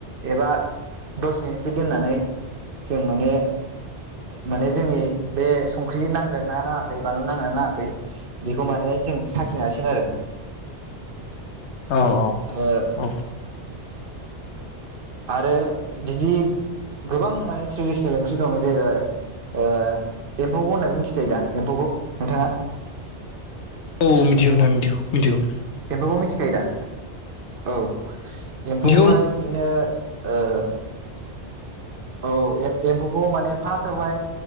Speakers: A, on the right (about 55°); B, on the left (about 80°).
A: एबा दस मिनिटसो दोननानै जों माने माने जोंनि बे संख्रि नांगोन ना नाङाखै बानलु नांगोना‌ नाङाखै बेखौ माने जों साखिनो हसिगोन आरो
B: औ
A: ओ
B: औ
A: आरो बिदि गोबां माने ट्रेडिसनेल ओंख्रि दं जेरै ओ एम्फौ होननाखौ मिथिखायो दा एम्फौखौ नोंथाङा
B: औ मिथिगौ नोंथां मिथिगौ मिथिगौ
A: एमफौखौ मिथिखायो दा औ एम्फौखौहाय
B: मिथिगौ
A: बिदिनो ओ औ एम्फौखौ माने फार्स्टावहाय